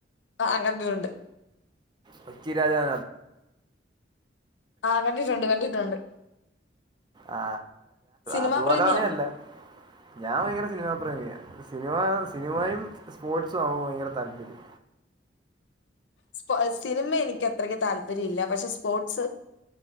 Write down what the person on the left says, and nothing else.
ആ കണ്ട് കണ്ട്
ആഹ് കണ്ടിട്ടുണ്ട് കണ്ടിട്ടുണ്ട്
സിനിമാ
പ്രേമിയാണോ
പ്പ സിനിമ എനിക്കത്രയ്ക്ക്‌ താല്പര്യയില്ല പക്ഷെ സ്പോർട്സ്